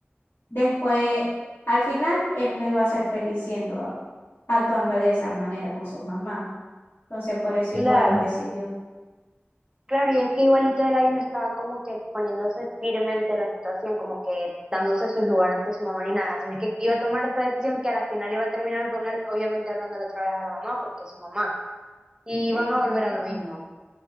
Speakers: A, on the left (about 65°); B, on the right (about 20°).
A: Después, al final, él no iba a ser feliz siendo, actuando de esa manera con su mamá. Entonces, por eso
B: Claro,
A: igual él decidió.
B: claro, y es que igualito Elaine estaba como que poniéndose firme ante la situación, como que dándose su lugar ante su mamá ni nada, sino es que iba a tomar esa decisión que a la final iba a terminar con él, obviamente hablándole otra vez a la mamá, porque es su mamá, y
A: Sí,
B: van a volver a lo mismo.